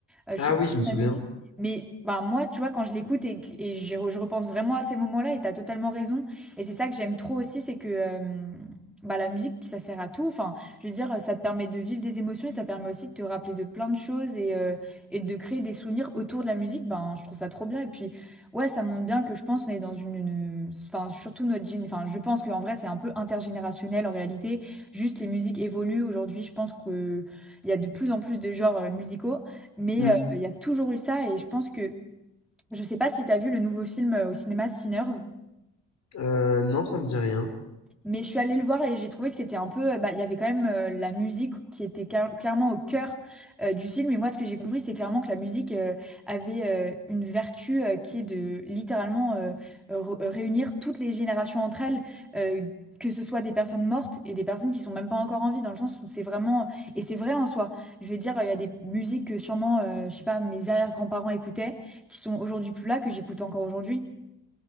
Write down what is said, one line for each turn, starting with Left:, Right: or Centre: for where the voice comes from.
Centre: Euh, je
Left: Ah
Centre: sais plus
Left: oui, je me souviens.
Centre: la musique. Mais ben, moi, tu vois, quand je l'écoute et, et j'y re- je repense vraiment à ces moments-là, et tu as totalement raison. Et c'est ça que j'aime trop aussi, c'est que euh, bah, la musique, ça sert à tout. Enfin, je veux dire, ça te permet de vivre des émotions et ça permet aussi de te rappeler de plein de choses et, euh, et de créer des souvenirs autour de la musique. Ben, je trouve ça trop bien. Et puis, ouais, ça montre bien que je pense qu'on est dans une... une- Enfin, surtout notre... gén- Enfin, je pense qu'en vrai, c'est un peu intergénérationnel en réalité. Juste, les musiques évoluent. Aujourd'hui, je pense que il y a de plus en plus de genres euh, musicaux mais
Left: Hmm.
Centre: euh, il y a toujours eu ça et je pense que, je sais pas si tu as vu le nouveau film euh, au cinéma Sinners.
Left: Euh, non, ça me dit rien.
Centre: Mais je suis allée le voir et j'ai trouvé que c'était un peu, euh, bah, il y avait quand même euh, la musique qui était car- clairement au cœur euh, du film. Et moi, ce que j'ai compris, c'est clairement que la musique euh, avait euh, une vertu euh, qui est de littéralement euh, re- réunir toutes les générations entre elles, euh, que ce soit des personnes mortes et des personnes qui sont même pas encore en vie, dans le sens où c'est vraiment, et c'est vrai en soi. Je veux dire, il y a des musiques que sûrement, euh, je sais pas, mes arrière-grands-parents écoutaient, qui sont aujourd'hui plus là, que j'écoute encore aujourd'hui.